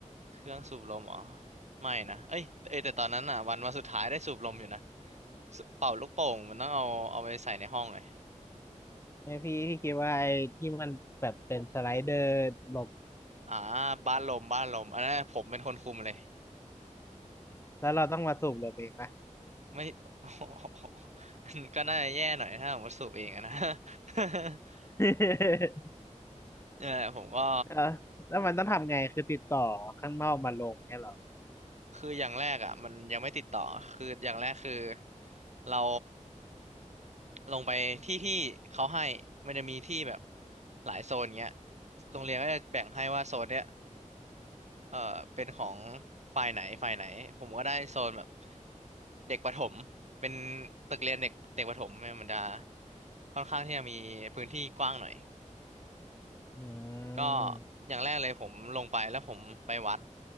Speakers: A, on the right; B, on the left.
A: เครื่องสูบลมอ๋อไม่นะเอ้ยเอยแต่ตอนนั้นอ่ะวันวันสุดท้ายได้สูบลมอยู่นะสูเป่าลูกโป่งมันต้องเอาเอาไปใส่ในห้องเลย
B: ไม่พี่พี่คิดว่าไอ้ที่มันแบบเป็นสไลเดอร์ลม
A: อ่าบ้านลมบ้านลมอันนั้นผมเป็นคนคุมเลย
B: แล้วเราต้องมาสูบลมเองปะ
A: ไม่ <laughs> ก็น่าจะแย่หน่อยถ้าผมว่าสูบเองอะนะ <laughs>
B: <laughs>
A: เออผมก็
B: เออแล้วมันต้องทำไงคือติดต่อข้างนอกมาลงเงี้ยเหรอ
A: คืออย่างแรกอ่ะมันยังไม่ติดต่อคืออย่างแรกคือเราลงไปที่ที่เขาให้มันจะมีที่แบบหลายโซนเงี้ยโรงเรียนก็จะแบ่งให้ว่าโซนเนี้ยเอ่อเป็นของฝ่ายไหนฝ่ายไหนผมก็ได้โซนแบบเด็กประถมเป็นตึกเรียนเด็กเด็กประถมเนี่ยมันจะค่อนข้างที่จะมีพื้นที่กว้างหน่อย
B: อื
A: ก็
B: ม
A: อย่างแรกเลยผมลงไปแล้วผมไปวัด